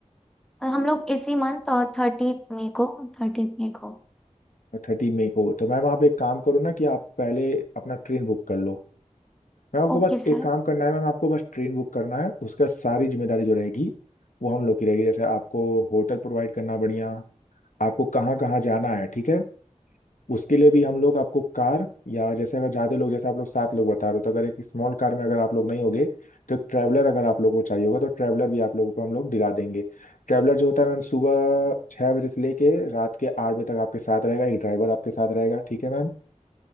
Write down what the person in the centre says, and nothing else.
अ, हम लोग इसी मंथ और थर्टी मई को थर्टी मई को
Okay
sir